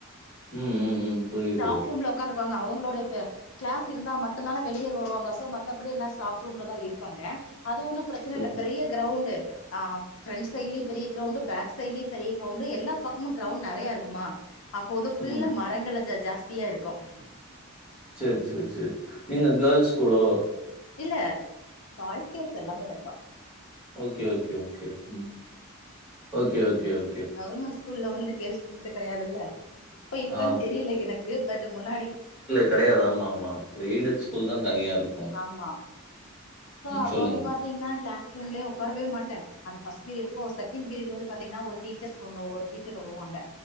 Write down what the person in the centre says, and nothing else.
ம் ம் ம் புரியுது.
ம்,
ம்.
சேர் சேர் சேரி நீங்க கேர்ள்ஸ் ஸ்கூலோ
ஓகே ஓகே ஓகே ம் ஓகே ஓகே ஒ
ஆ
கெடயாது ஆமா ஆமா பெய்டட் ஸ்கூல் தா தனியா இரு
சொல்லுங்க.